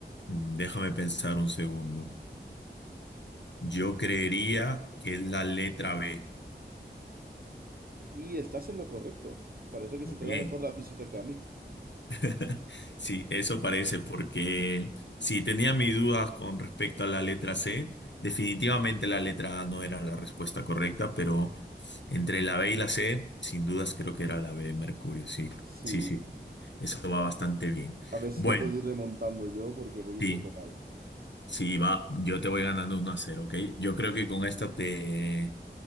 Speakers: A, on the left (about 80°); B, on the right (about 55°).
A: Mm, Déjame pensar un segundo. Yo creería que es la letra B.
B: Y estás en lo correcto. Parece que
A: Muy
B: se te
A: bien.
B: da mejor la física que a mí.
A: <laughs> Sí, eso parece, porque si tenía mis dudas con respecto a la letra C, definitivamente la letra A no era la respuesta correcta, pero entre la B y la C, sin dudas creo que era la B de Mercurio, sí,
B: Sí.
A: sí, sí, eso va bastante bien.
B: A ver si
A: Bueno,
B: te puedo ir remontando yo porque voy un
A: sí,
B: poco mal.
A: sí, va, yo te voy ganando uno a cero, ¿ok? Yo creo que con esta te,